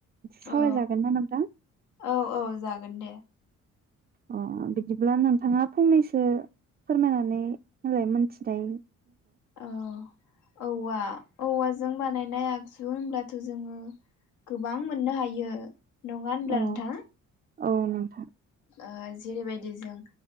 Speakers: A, on the right; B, on the left.
A: सावरायजागोन
B: औ
A: ना नोंथां?
B: औ औ जागोन दे
A: अ बिदिब्ला नोंथाङा फंनैसो फोरमायनानै होलाय मोनथिनाय
B: अ औवा औवाजों बानायनाय आगजु होनब्लाथ जोङो गोबां मोननो हायो। नङा होनब्ला
A: औ
B: नोंथां?
A: औ नोंथां।
B: ओ जेरैबायदि जों